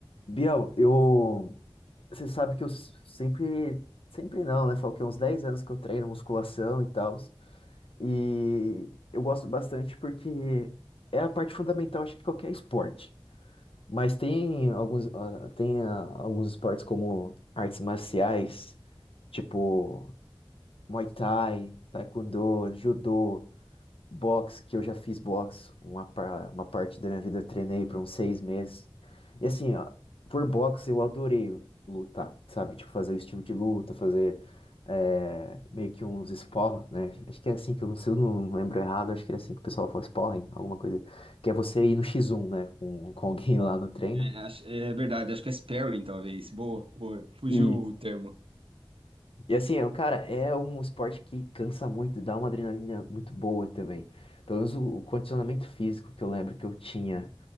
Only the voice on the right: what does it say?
É, acho- é verdade, acho que é sparing, talvez. Boa, boa. Fugiu
o termo.